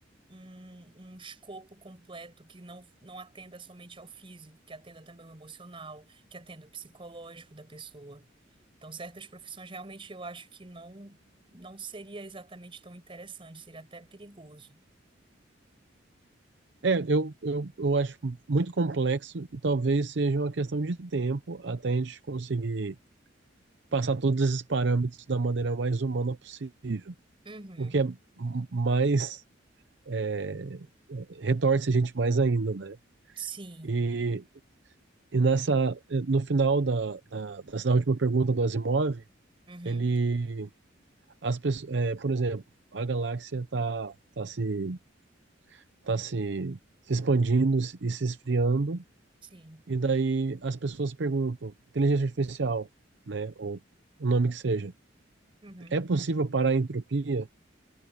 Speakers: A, on the right; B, on the right.
A: um, um escopo completo que não, não atenda somente ao físico, que atenda também o emocional, que atenda o psicológico da pessoa. Então, certas profissões realmente eu acho que não, não seria exatamente tão interessante, seria até perigoso.
B: É, eu, eu, eu acho muito complexo e talvez seja uma questão de tempo até a gente conseguir passar todos esses parâmetros da maneira mais humana possível.
A: Uhum.
B: O que é mais é, retorce a gente mais ainda, né?
A: Sim.
B: E, e nessa, é, no final da, da, dessa última pergunta do Asimov,
A: Uhum.
B: ele, as pessoas, é, por exemplo, a galáxia está tá se, tá se, se expandindo e se esfriando,
A: Sim.
B: e daí as pessoas perguntam, inteligência artificial, né, ou o nome que seja,
A: Uhum.
B: é possível parar a entropia?